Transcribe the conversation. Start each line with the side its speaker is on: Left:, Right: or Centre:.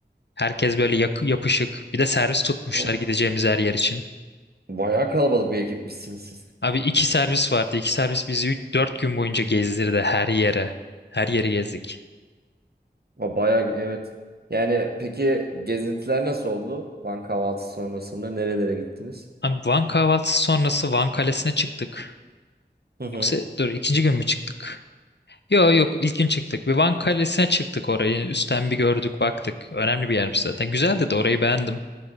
Left: Herkes böyle yak- yapışık. Bir de servis tutmuşlar
Right: O.
Left: gideceğimiz her yer için.
Right: Bayağı kalabalık bir ekipmişsiniz siz.
Left: Abi iki servis vardı. İki servis bizi 3 4 gün boyunca gezdirdi her yere. Her yeri gezdik.
Right: o Bayağı evet. Yani peki gezintiler nasıl oldu? Van kahvaltısı sonrasında nerelere gittiniz?
Left: Abi Van kahvaltısı sonrası Van Kalesi'ne çıktık.
Right: Hı hı.
Left: Yoksa dur ikinci gün mü çıktık? Yok yok ilk gün çıktık. Bir Van Kalesi'ne çıktık orayı. Üstten bir gördük baktık. Önemli bir yermiş zaten. Güzeldi de orayı beğendim.